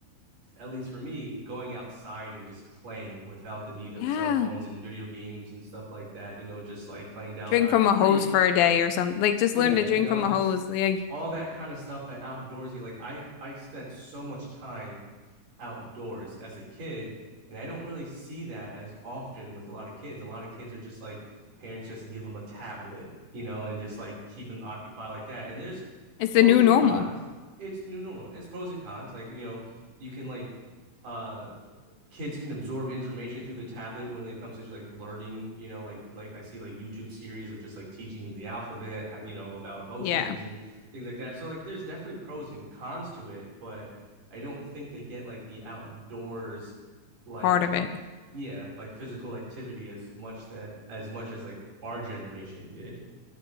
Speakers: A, on the right; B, on the left.
A: at least for me, going outside and just playing without the need of
B: Yeah.
A: cell phones and video games and stuff like that, you know, just like playing down
B: Drink
A: by
B: from
A: the creek.
B: a hose for a day or something. Like just
A: Yeah,
B: learn to drink
A: you know,
B: from
A: just
B: a hose. Like
A: all that kind of stuff that outdoorsy like I I spent so much time outdoors as a kid. And I don't really see that as often with a lot of kids. A lot of kids are just like parents just give them a tablet, you know, and just like keep them occupied like that. And there's
B: it's the
A: pros
B: new
A: and
B: normal.
A: cons. It's new normal. It's pros and cons. Like, you know, you can like uh kids can absorb information through the tablet when it comes to just, like learning you know like like i see like youtube series of just like teaching them the alphabet how, you know about emotions
B: Yeah,
A: and things like that so like there's definitely pros and cons to it but i don't think they get like the outdoors like
B: part of it.
A: yeah like physical activity as much that as much as like our generation did